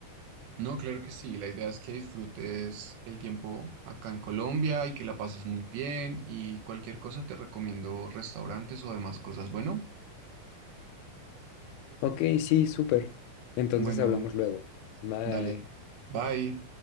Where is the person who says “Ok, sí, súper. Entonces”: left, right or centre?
Left